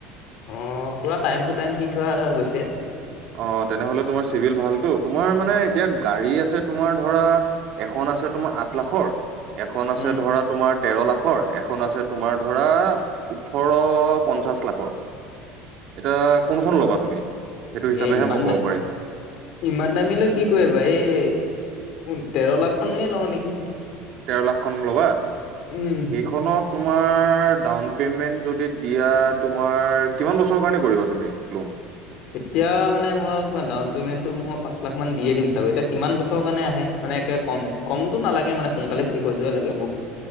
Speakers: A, on the left (about 65°); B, on the right (about 60°).
A: অঁ' পূৰা টাইম টু টাইম দি থোৱা গৈছে।
B: অ' তেনেহলে তোমাৰ চিভিল ভালতো তোমাৰ মানে এতিয়া গাড়ী আছে তোমাৰ ধৰা এখন আছে তোমাৰ আঠ লাখৰ এখন আছে
A: উম
B: ধৰা তোমাৰ তেৰ লাখৰ এখন আছে তোমাৰ ধৰা ওঠৰ পঞ্চাশ লাখৰ। এতিয়া কোনখন ল'বা তুমি? সেইটো হিচাপেহে
A: এ ইমান
B: মই ক'ব
A: দা
B: পাৰিম
A: ইমান দামী লৈ কি কৰিবা এই তেৰ লাখ খনে লওঁ নিকি।
B: তেৰ লাখখন ল'বা সেইখনত
A: উম
B: তোমাৰ ডাউন পেমেণ্ট যদি দিয়া তোমাৰ কিমান বছৰৰ কাৰণে কৰিবা তুমি লোন?
A: এতিয়া মানে মই কিমান ডাউন পেমেণ্টটো মই পাঁচ লাখ মান দিয়ে দিম চাগৈ এতিয়া কিমান বছৰৰ কাৰণে আহে মানে একে কম কমটো নালাগে মানে সোনকালে শেষ হৈ যোৱাই লাগে মোক।